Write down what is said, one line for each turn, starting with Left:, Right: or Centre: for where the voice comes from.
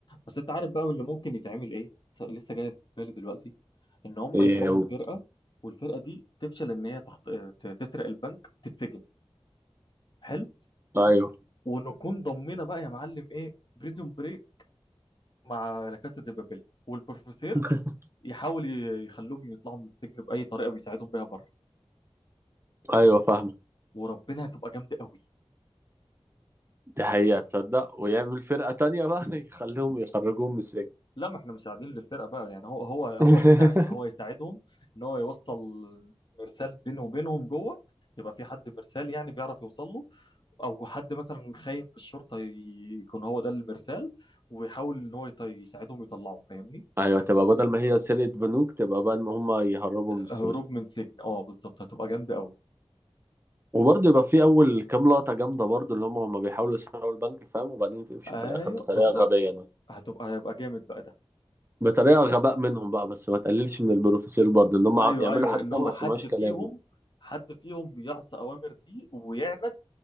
Left: بس انت عارف بقى من اللي ممكن يتعمل ايه س- لسه جاي في بالي دلوقتي ان هم
Right: إيه
Left: يكون
Right: و...
Left: فرقه والفرقه دي تفشل ان هي تخط... ت- تسرق البنك تتسجن حلو
Right: أيوه
Left: ونكون ضمينا بقى يا معلم ايه بريزون بريك مع لا كاسا دي بابيل والبروفيسور
Right: <laughs>
Left: يحاول ي- يخلوهم يطلعوا من السجن باي طريقه بيساعدهم بيها بره
Right: أيوه فاهمة
Left: وربنا هتبقى جامده قوي
Right: دي حقيقة تصدق ويعمل فرقة تانية بقى <laughs> يخليهم يخرجوهم من السجن
Left: لا ما احنا مش قاعدين للفرقه بقى يعني هو هو هو
Right: <laughs>
Left: يساعد هو يساعدهم ان هو يوصل مرسال بينه وبينهم جوه يبقى في حد مرسال يعني بيعرف يوصل له او حد مثلا خاين في الشرطه ي- يكون هو ده المرسال ويحاول ان هو يط- يساعدهم يطلعهم فاهمني
Right: أيوه تبقى بدل ما هي سرقة بنوك تبقى بقى إن هما يهربوا من السجن
Left: هروب من سجن اه بالظبط هتبقى جامده قوي
Right: وبرضه يبقى في اول كام لقطه جامده برضه اللي هم هم بيحاولوا يسرقوا البنك فاهم وبعدين تمشي
Left: ايوه
Right: في الاخر بطريقه
Left: بالظبط
Right: غبيه مثلا
Left: هتبقى هيبقى جامد بقى ده
Right: بطريقه غباء منهم بقى بس ما تقللش من البروفيسور برضه ان هم ع-
Left: ايوه
Right: يعملوا
Left: ايوه
Right: حاجه
Left: ان هو
Right: ما
Left: حد
Right: سمعوش كلامه
Left: فيهم حد فيهم يعصى اوامر ليه ويعند